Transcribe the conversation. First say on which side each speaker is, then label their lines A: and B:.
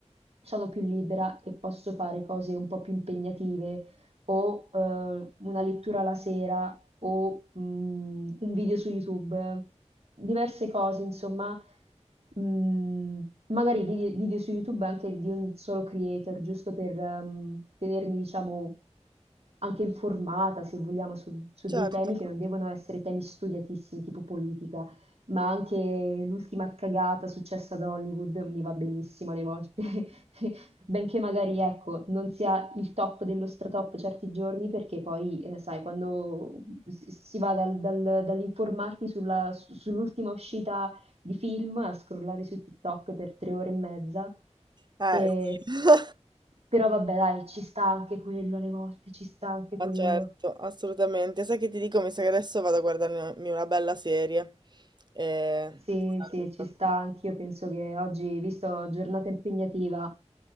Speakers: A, on the right; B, on the right.
A: sono più libera e posso fare cose un po' più impegnative o eh, una lettura la sera o mm, un video su YouTube, diverse cose, insomma, mm, magari vide- video, su YouTube anche di un solo creator, giusto per ehm, tenermi, diciamo, anche informata, se vogliamo, su, su
B: Certo,
A: dei temi che non devono essere temi studiatissimi, tipo politica, ma anche l'ultima cagata successa ad Hollywood mi va benissimo alle volte. <laughs> Benché magari, ecco, non sia il top dello stratop certi giorni, perché poi, eh, sai, quando si si va dal- dal- dall'informarti sulla- su- sull'ultima uscita di film a scrollare su TikTok per tre ore e mezza,
B: eh
A: e-
B: sì, <laughs>
A: però vabbè, dai, ci sta anche quello alle volte, ci sta anche
B: ma
A: quello.
B: certo, assolutamente. Sai che ti dico? Mi sa che adesso vado a guardarmi una bella serie. E...
A: Sì,
B: ti saluto.
A: sì, ci sta, anch'io penso che oggi, visto giornata impegnativa,